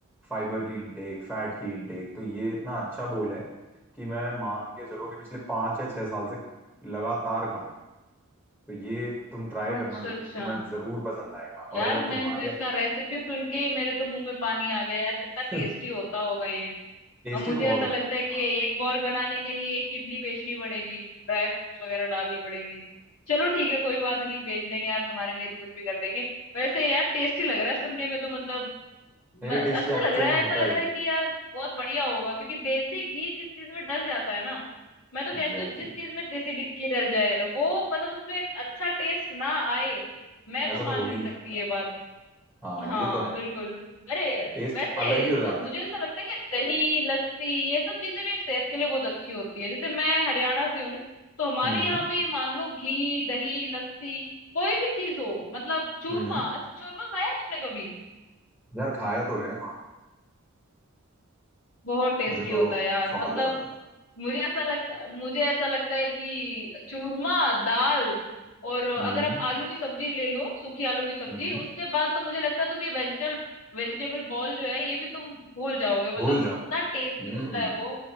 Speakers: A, in the centre; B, on the left (about 70°).
A: फाइबर की इनटेक फैट की इनटेक तो ये इतना अच्छा बोल है कि मैं मान के चलो कि पिछले पांच या छह साल से लगातार खा रहा हूँ तो ये तुम ट्राई करना
B: अच्छा
A: जरूर
B: अच्छा
A: तुम्हें जरूर पसंद आएगा और
B: यार
A: अगर
B: मैंने
A: तुम्हारे
B: तो इसका रेसिपी सुन के ही मेरे तो मुंह में पानी आ गया यार कितना टेस्टी
A: <laughs>
B: होता होगा ये
A: टेस्टी
B: और मुझे
A: तो बहुत
B: ऐसा
A: होता
B: लगता
A: है
B: है कि ये एक बॉल बनाने के लिए एक किडनी बेचनी पड़ेगी ड्राई फ्रूट्स वगैरह डालनी पड़ेंगे चलो ठीक है कोई बात नहीं बेच देंगे यार तुम्हारे लिए तो कुछ भी कर देंगे वैसे यार टेस्टी लग रहा है सुनने में तो मतलब म-
A: नहीं नहीं टेस्टी
B: अच्छा
A: एक्चुअल
B: लग रहा
A: में
B: है ऐसा
A: होता
B: लग
A: है
B: रहा
A: ये
B: है कि यार बहुत बढ़िया होगा क्योंकि देसी घी जिस चीज में डल जाता है ना मैं तो कहती
A: Exactly
B: हूँ जिस
A: exactly.
B: चीज में देसी डि- घी डल जाए वो मतलब उसमें अच्छा टेस्ट ना आए मैं तो
A: ऐसा
B: मान
A: तो हो ही
B: नहीं
A: नहीं
B: सकती
A: सकता
B: ये बात
A: हाँ
B: हाँ
A: ये तो है
B: बिल्कुल अरे
A: टेस्ट
B: वैसे
A: अलग ही हो
B: ज-
A: जाता
B: मुझे ऐसा लगता है कि दही लस्सी ये सब चीजें भी सेहत के लिए बहुत अच्छी होती है जैसे मैं हरियाणा से हूँ तो हमारे
A: है हम्म
B: यहाँ भी मान लो घी दही लस्सी कोई भी चीज हो मतलब चूरमा
A: हम्म हम्म।
B: अच्छा चूरमा खाया है तुमने कभी
A: यार खाया तो है हाँ
B: बहुत टेस्टी
A: मुझे
B: होता
A: तो
B: है यार
A: स्वाद
B: मतलब
A: लगा था
B: मुझे ऐसा लगता है मुझे ऐसा लगता है कि चूरमा दाल और अगर
A: हम्म
B: आप आलू की सब्जी ले लो सूखी आलू की सब्जी
A: हम्म
B: उसके बाद तो मुझे लगता है तुम ये वेजिटल वेजिटेबल बॉल जो है ये भी तुम भूल जाओगे मतलब
A: भूल
B: इतना
A: जाओ
B: टेस्टी
A: हम्म
B: होता है वो